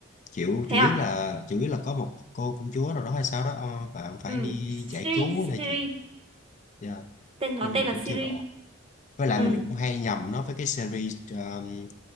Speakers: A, on the left; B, on the right.
A: chịu chủ
B: thế à
A: yếu là chủ yếu là có một cô công chúa nào đó hay sao đó ờ, và ông phải
B: ừ
A: đi
B: series
A: giải cứu hay
B: series
A: là gì Dạ,
B: tên nó
A: Nên
B: tên
A: mình
B: là
A: cũng
B: series
A: chưa rõ với lại
B: ừ
A: mình cũng hay nhầm nó với cái series um,